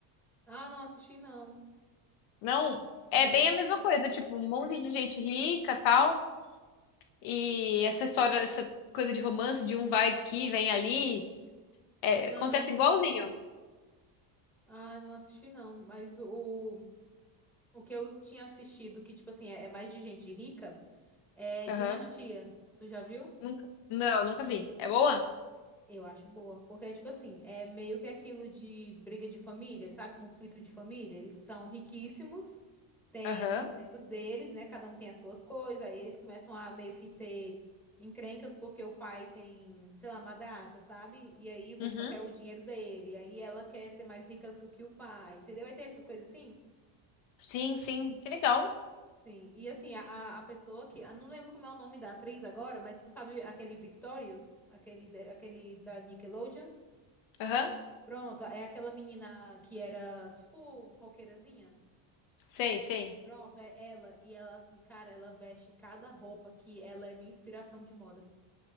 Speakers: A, in the centre; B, on the left (about 70°).
A: Ah, não assisti não.
B: Não, é
A: Não.
B: bem a mesma coisa, tipo, um monte de gente rica, tal, e essa história, essa coisa de romance de um vai aqui, vem ali, é,
A: Aham.
B: acontece igualzinho.
A: Ah, não assisti não. Mas o, o o que eu tinha assistido, que, tipo assim, é, é mais de gente rica, é
B: Aham.
A: Dinastia. Tu já viu?
B: Nunca. Não, nunca vi. É boa?
A: Eu acho boa. Porque é tipo assim, é meio que aquilo de briga de família, sabe? Conflito de família. Eles são riquíssimos.
B: Aham.
A: coisas deles, né? Cada um tem as suas coisas, aí eles começam a meio que ter encrencas porque o pai tem, sei lá, madrasta, sabe? E aí o pessoal
B: Uhum.
A: quer o dinheiro dele, aí ela quer ser mais rica do que o pai, entendeu? Aí tem essas coisas assim.
B: Sim, sim, que legal.
A: Sim, e assim, a, a a pessoa que. Eu não lembro como é o nome da atriz agora, mas tu sabe aquele Victorious? Aquele, da- aquele da Nickelodeon?
B: Aham,
A: Pronto, é aquela menina que era, tipo, roqueirazinha.
B: sei, sei.
A: Pronto, é ela. E ela, cara, ela veste cada roupa que ela é minha inspiração de moda.